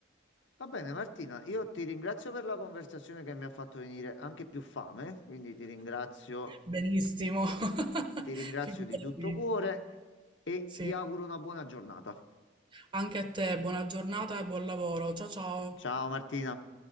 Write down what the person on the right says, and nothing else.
Benissimo, <laughs>
figurati.
Sì.
Anche a te, buona giornata e buon lavoro. Ciao ciao.